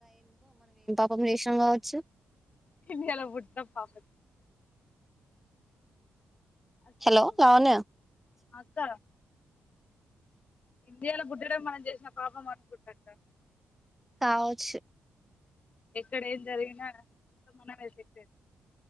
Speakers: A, in the centre; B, on the left.
A: ఒక రేషన్ కావచ్చు
B: ఇండియాల పుట్టిన పాపం అసలు
A: హలో లావణ్య
B: అక్క ఇండియాలో పుట్టడం మనం చేసిన పాపం అనుకుంటా అక్క
A: కావచ్చు
B: ఎక్కడ ఏం జరిగినా మొత్తం మనమే ఎఫెక్ట్ అయితం.